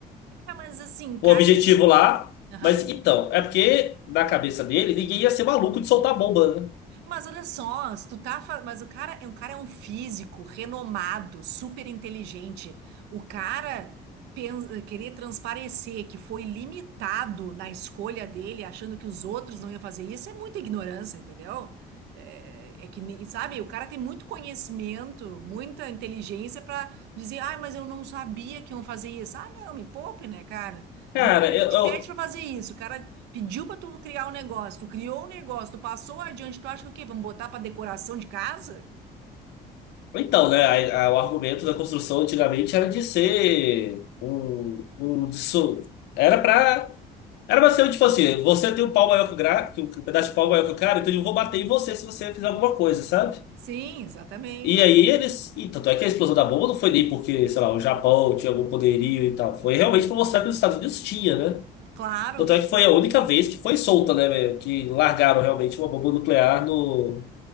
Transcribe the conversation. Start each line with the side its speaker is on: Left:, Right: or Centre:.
Right: é, mas assim, o
Left: o objetivo lá.
Right: cara.
Left: Mas então, é porque na cabeça dele, ninguém ia ser maluco de soltar bomba, né?
Right: Mas olha só, se tu tá, fa- mas o cara, é o cara é um físico renomado, super inteligente. O cara pen- querer transparecer que foi limitado na escolha dele, achando que os outros não iam fazer isso, é muita ignorância, entendeu? É, é que nem, sabe, o cara tem muito conhecimento, muita inteligência pra dizer, ah, mas eu não sabia que iam fazer isso. Ah, não, me poupe, né, cara?
Left: Cara,
Right: No momento que alguém
Left: eu,
Right: te
Left: eu-
Right: pede para fazer isso, o cara pediu para tu criar um negócio, tu criou um negócio, tu passou adiante, tu acha que o quê? Vamos botar para decoração de casa?
Left: Então, né, a- a- o argumento da construção antigamente era de ser um, um disso- era pra era pra ser tipo assim, você tem um pau maior que o gra, que um pedaço de pau maior que o cara, então eu vou bater em você se você fizer alguma coisa, sabe?
Right: Sim, exatamente.
Left: E aí eles, e tanto é que a explosão da bomba não foi nem porque, sei lá, o Japão tinha algum poderio e tal, foi realmente pra mostrar que os Estados Unidos tinha, né?
Right: Claro.
Left: Tanto é que foi a única vez que foi solta, né, velho, que largaram realmente uma bomba nuclear no